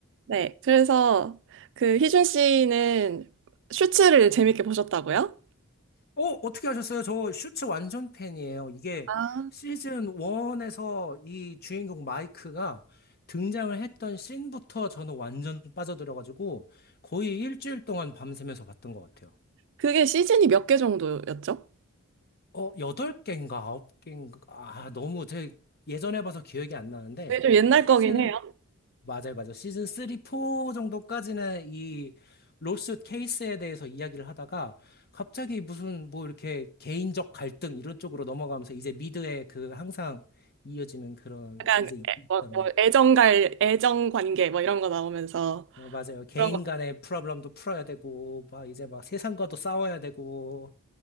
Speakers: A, on the right (about 60°); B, on the left (about 45°).
A: 네. 그래서 그 희준 씨는 슈츠를 재밌게 보셨다고요?
B: 어, 어떻게 하셨어요? 저 슈츠 완전 팬이에요. 이게
A: 아,
B: 시즌 1에서 이 주인공 마이크가 등장을 했던 씬부터 저는 완전 빠져들어가지고 거의 일주일 동안 밤새면서 봤던 것 같아요.
A: 그게 시즌이 몇 개 정도였죠?
B: 어, 8개인가 9개인가. 아, 너무 제 예전에 봐서 기억이 안 나는데
A: 그게 좀 옛날
B: 시즌,
A: 거긴 해요.
B: 맞아요, 맞아요. 시즌 3, 4 정도까지는 이 로스 케이스에 대해서 이야기를 하다가 갑자기 무슨 뭐 이렇게 개인적 갈등 이런 쪽으로 넘어가면서 이제 미드에 그 항상 이어지는 그런
A: 약간
B: 이제 있-
A: 애,
B: 있잖아요.
A: 뭐, 뭐 애정갈, 애정관계 뭐 이런 거 나오면서
B: 어, 맞아요. 개인
A: 그런 거.
B: 간의 프로블럼도 풀어야 되고 막 이제 막 세상과도 싸워야 되고